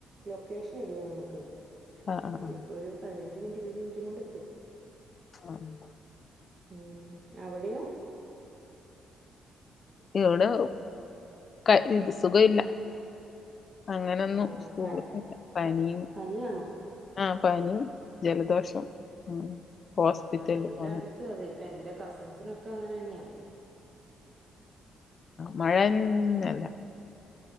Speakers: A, on the right; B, on the left.
A: ലൊക്കേഷൻ ഇടും നമുക്ക്
B: ആഹ് ആഹ്
A: അപ്പൊ ഇപ്പൊ ഒരു പതിനഞ്ച് മിനിറ്റ് ഇരുപത് മിനിറ്റും കൊണ്ട് എത്തും
B: ആഹ്
A: ഉം അവിടെയോ?
B: ഇവിടെ കയ് ഇത് സുഖ ഇല്ല അങ്ങനെയൊന്നു
A: ആ
B: സ്കൂളിൽ
A: പനി
B: പോയിട്ട് ഇല്ല പനിയും
A: പനിയാണോ
B: ആഹ പനിയും ജലദോഷം ഉം ഹോസ്പിറ്റലിൽ
A: ആഹ് എല്ലാടുത്തും
B: പോന്ന്
A: അതെ ഇപ്പൊ എന്റെ കസിൻസിനൊക്കെ അങ്ങനെ തന്നെയ
B: മഴന്നല്ല